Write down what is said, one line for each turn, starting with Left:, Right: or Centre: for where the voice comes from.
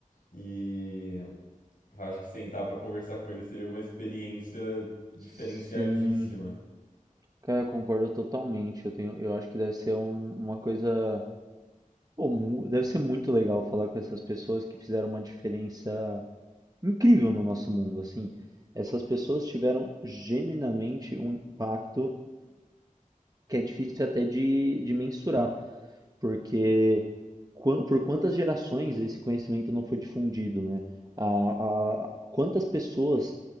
Left: e acho que sentar para conversar com ele seria uma experiência diferenciadíssima.
Right: Sim, cara, eu concordo totalmente. Eu tenho, eu acho que deve ser um- uma coisa. Pô, mu- deve ser muito legal falar com essas pessoas que fizeram uma diferença incrível no nosso mundo, assim. Essas pessoas tiveram genuinamente um impacto que é difícil até de, de mensurar, porque quan- por quantas gerações esse conhecimento não foi difundido, né? A, a- quantas pessoas